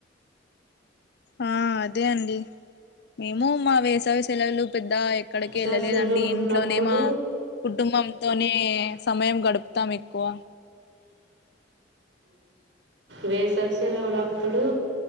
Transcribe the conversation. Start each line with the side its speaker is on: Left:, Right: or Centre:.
Left: ఆ అదే అండి మేము మా వేసవి సెలవులు పెద్ద ఎక్కడికి
Right: వేసవి
Left: ఎళ్ళలేదండి
Right: సెలవులు
Left: ఇంట్లోనే
Right: ఉన్నప్పుడు
Left: మా కుటుంబంతోనే సమయం గడుప్ త్తం ఎక్కువ
Right: వేసవి సెలవలప్పుడు